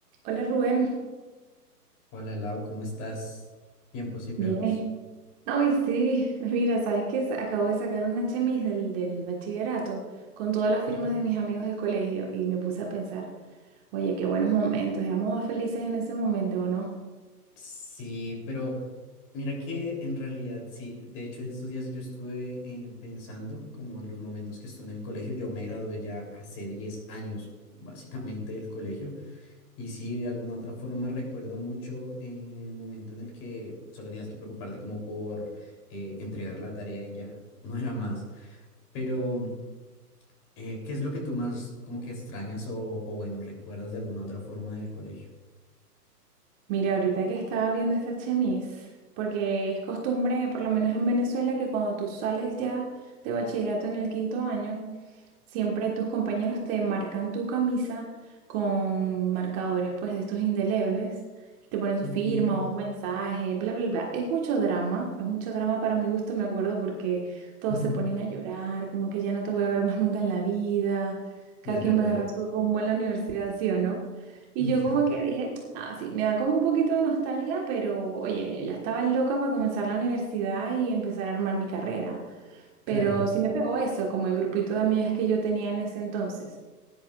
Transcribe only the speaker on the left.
Hola Lau, ¿cómo estás? Tiempo sin
vernos.
Ujú.
Sí, pero mira que en realidad sí. De hecho, estos días yo estuve eh, pensando como en los momentos que estuve en el colegio. Yo me gradué ya hace 10 años, básicamente, del colegio. Y sí, de alguna otra forma recuerdo mucho eh, el momento en el que solo tenías que preocuparte como por eh, entregar la tarea y ya, no era más. Pero... Eh, ¿qué es lo que tú más como que extrañas o, o bueno, recuerdas de alguna otra forma del colegio?
Ok.
<laughs>
Y es
verdad.
Sí,
claro.